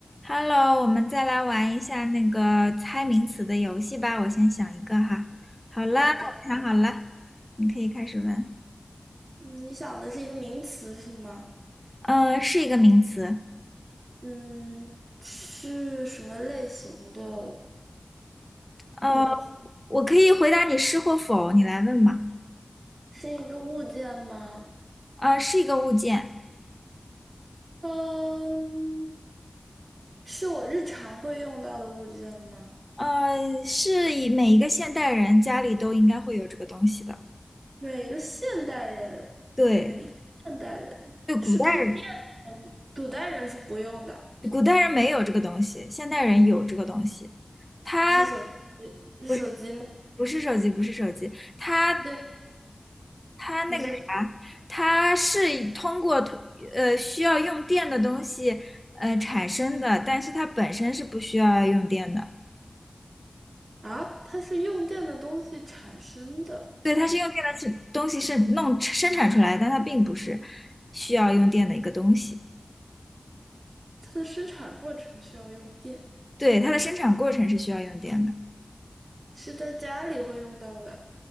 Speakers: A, on the left; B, on the right.
A: Hello，我们再来玩一下那个猜名词的游戏吧。我先想一个哈。好啦，
B: 好的，
A: 我想好了，你可以开始问。
B: 嗯你想的是一个名词是吗？
A: 呃，是一个名词。
B: 嗯，是什么类型的
A: 呃，
B: 名词？
A: 我可以回答你是或否，你来问吧。
B: 是一个物件吗？
A: 呃，是一个物件。
B: 嗯，是我日常会用到的物件吗？
A: 呃，是以每一个现代人家里都应该会有这个东西的。
B: 对，一个现代人，
A: 对，
B: 现代人是通电的，
A: 对，古代
B: 古代人是不用的，
A: 人古代人没有这个东西，现代人有这个东西。它
B: 是手是手机吗？
A: 不是不是手机，不是手机，它。
B: 对，
A: 它那个啥，
B: 你说
A: 它是通过通呃需要用电的东西呃产生的，但是它本身是不需要用电的。
B: 啊，它是用电的东西产生的，
A: 对，它是用电的是东西是弄生产出来的但它并不是需要用电的一个东西。
B: 它的生产过程需要用电，
A: 对，它的生产过程是需要用电的，
B: 是在家里会用到的。